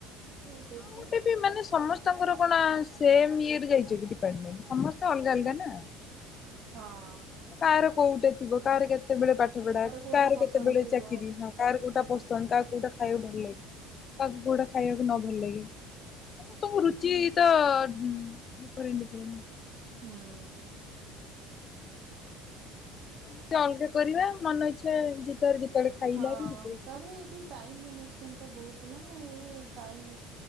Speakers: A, on the right; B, on the left.
A: ଆଉ ସେଇଥି
B: ଗୋଟେ ବି ମାନେ ସମସ୍ତ୍ ସ୍ତଙ୍କର କଣ ସେମ୍ ଇୟର ଯାଇଛି କି ଡିପାର୍ଟମେଣ୍ଟ ସମସ୍ତେ ଅଲଗା ଅଲଗା ନା।
A: ହଁ।
B: କାହାର କୋଉଟେ ଥିବ କାହାର କେତେବେଳେ ପାଠ ପଢା କି
A: କୋଉଟା
B: କାହାର
A: ପସନ୍ଦ
B: କେତେବେଳେ
A: ଥିବ
B: ଚାକିରି ହଁ କାହାର କୋଉଟା ପୋସ୍ ଚନକା କୋଉଟା ଖାଇବାକୁ ଭଲ ଲାଗେ କାହାକୁ କୋଉଟା ଖାଇବାକୁ ନ ଭଲ ଲାଗେ। ସମସ୍ତଙ୍କ ରୁଚି ତ ଡିଫରେଣ୍ଟ ଡିଫରେଣ୍ଟ।
A: ହୁଁ।
B: ଟିକେ ଅଲଗା କରିବା ମନ ଇଚ୍ଛା ଯେତେବେଳ ଯେତେବେଳେ। ଖାଇଲା
A: ହଁଅ-ଅ
B: ବି ସେତେବେଳେ କିଛି
A: ତାପରେ ଏଠି ଟାଇମ ମ୍ୟାନେଜମେଣ୍ଟଟା ବହୁତ ନା, ଏଇ ଟାଇମ୍